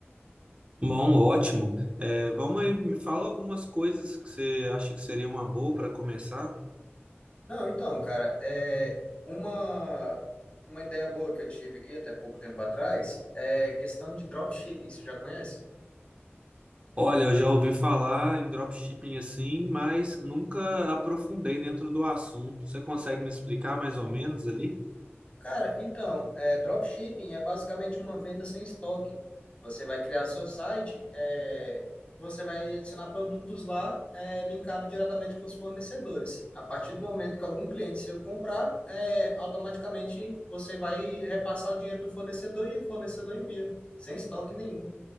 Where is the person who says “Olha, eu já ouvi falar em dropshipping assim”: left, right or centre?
Right